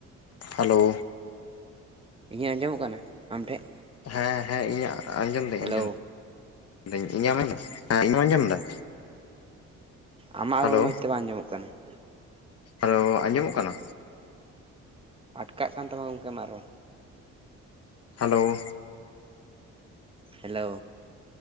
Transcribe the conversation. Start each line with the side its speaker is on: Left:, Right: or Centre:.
Left: ᱦᱮᱞᱳ ᱾
Right: ᱤᱧᱟᱜ ᱟᱸᱡᱚᱢᱚᱜ ᱠᱟᱱᱟ ᱟᱢᱴᱷᱮᱱ?
Left: ᱦᱮᱸ ᱦᱮᱸ, ᱤᱧᱟᱹᱜ ᱟᱸᱡᱚᱢ ᱫᱟᱹᱧ
Right: ᱦᱮᱞᱳ
Left: ᱟᱸᱡᱚᱢ ᱫᱟᱹᱧ ' <unintelligible> ᱫᱟᱹᱧᱸ ᱤᱧᱟᱹᱢ ᱟᱸᱡᱚᱢ ᱫᱟ ᱟᱸ ᱤᱧᱟᱹᱢ ᱟᱸᱡᱚᱢ ᱫᱟ?
Right: ᱟᱢᱟᱜ
Left: ᱦᱮᱞᱳ
Right: ᱨᱚᱲ ᱢᱚᱸᱡᱽ ᱛᱮ ᱵᱟᱝ ᱟᱸᱡᱚᱢᱚᱜ ᱠᱟᱱᱟ ᱾
Left: ᱦᱮᱞᱳ ᱟᱸᱡᱚᱢᱚᱜ ᱠᱟᱱᱟ?
Right: ᱟᱴᱠᱟᱜ ᱠᱟᱱ ᱛᱟᱢᱟ ᱜᱚᱝᱠᱮ ᱟᱢᱟᱜ ᱨᱚᱲ ᱾
Left: ᱦᱮᱞᱳ ᱾
Right: ᱦᱮᱹᱞᱳ ᱾